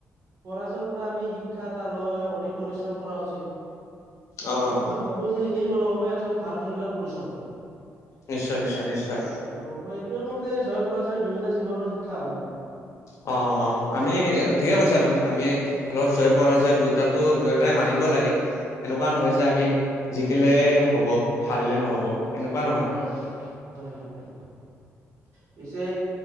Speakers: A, on the right (about 65°); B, on the left (about 65°).
A: পৰাজয় পৰা আমি শিক্ষা এটা লৈ অধিক পৰিশ্ৰম কৰা উচিত,
B: অ',
A: আৰু মই ভাবো যে, এই মনোভাৱে এজন ভাল খেলুৱৈৰ পৰিচয় হয়।
B: নিশ্চয়, নিশ্চয়, নিশ্চয়।
A: আৰু মই এইটোয়ে ক'ম যে, জয় পৰাজয় দুয়োটা জীৱনৰ শিক্ষা হয় আমাৰ।
B: অ', অ', আমি ঠিকে কৈছা তুমি, আমি খেলৰ জয়, পৰাজয় দুয়োটা দুয়োটাই মানিব লাগে, এনেকুৱা
A: হয়।
B: নহয় যে আমি জিকিলে হ'ব, হাৰিলে নহ'ব। এনেকুৱা নহয়।
A: হয়, হয়। হয়, হয়। পিছে